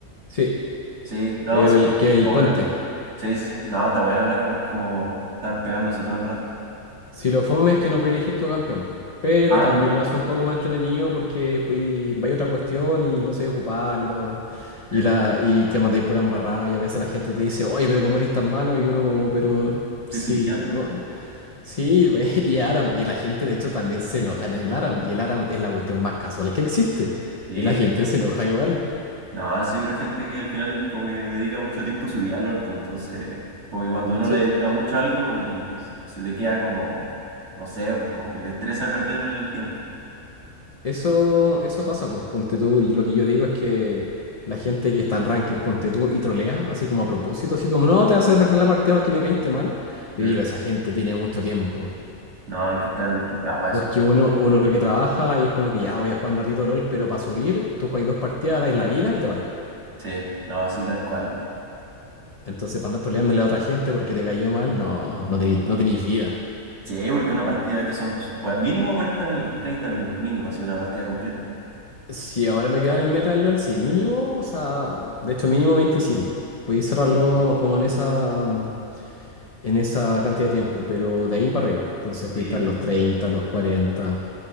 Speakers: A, on the left; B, on the right.
A: Sí,
B: Sí, no,
A: el-
B: sí.
A: que el
B: Está bueno.
A: puente.
B: Sí, sí, sí. No, está bueno el Aram, es como estar pegándose todo el rato.
A: Si lo fome es que no podéis elegir tu campeón, po. Pero
B: Ah,
A: también
B: no.
A: lo hace un poco más entretenido porque pues, vais a otra cuestión y no sabéis ocuparlo
B: sí,
A: y, la, y te mandáis por embarrada y a veces la gente te dice, oye, pero ¿cómo eres tan malo? Y uno como, pero
B: Estoy
A: sí,
B: cliqueando nomás.
A: no, sí, <laughs> y Aram. Y la gente de hecho también se enoja en el Aram y el Aram es la cuestión más casual que existe
B: Sí.
A: y la gente se enoja igual.
B: No, sí, pero hay gente que al final como que dedica mucho tiempo a subir al LOL, pues, entonces, como que cuando uno
A: Sí,
B: le dedica mucho a algo, como que s- se te queda como, no sé, pues, como que te estresa perder el tiempo.
A: Eso, eso pasa, pues. Ponte tú, y lo que yo digo es que la gente que está en ranked, ponte tú y trolea, así como a propósito, así como, no, te vas a perder la partida porque me caíste mal. Yo
B: Sí.
A: digo, esa gente tiene mucho tiempo.
B: No, hay que estar desquiciado a eso.
A: Porque uno, uno que trabaja y es como que ya voy a jugar un ratito LOL, pero para subir, tú juegas dos partidas, dais la vida y te vais.
B: Sí, no, sí, tal cual.
A: Entonces, para andar troleándole a otra gente porque te cayó mal, no, no tenéis, no tenéis vida.
B: Sí, porque una partida que son sus cua- mínimo 40 minutos, 30 minutos mínimo, así una partida completa.
A: Si ahora lo que va en el meta del LOL, sí, mínimo, o sea, de hecho mínimo veinticinco Podéis cerrarlo
B: Sí,
A: como en esa. mm, en esa cantidad de tiempo, pero de ahí para arriba. Entonces pudiste
B: sí,
A: estar
B: sí.
A: los 30, los 40.